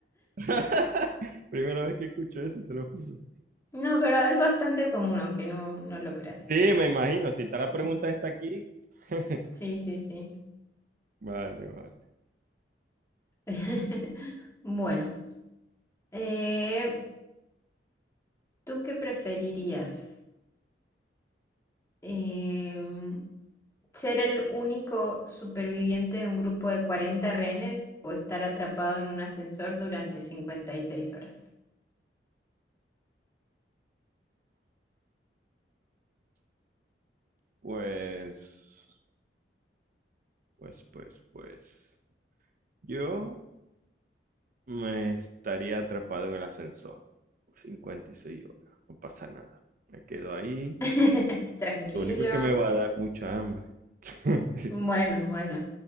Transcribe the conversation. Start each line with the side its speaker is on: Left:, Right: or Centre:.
Right: <laughs> Primera vez que escucho eso, te lo juro.
Left: No, pero es bastante común, aunque no, no lo creas.
Right: Sí, me imagino. Si está la
Left: Sí,
Right: pregunta está aquí. <laughs>
Left: sí, sí, sí.
Right: Vale, vale.
Left: <laughs> Bueno, eh, ¿tú qué preferirías? Em, ¿ser el único superviviente de un grupo de 40 rehenes o estar atrapado en un ascensor durante cincuenta y seis horas?
Right: Pues, pues, pues, pues. Yo me estaría atrapado en el ascensor. cincuenta y seis horas. No pasa nada. Me quedo ahí.
Left: <laughs> Tranquilo.
Right: Lo único es que me va a dar mucha hambre. <laughs>
Left: Bueno, bueno,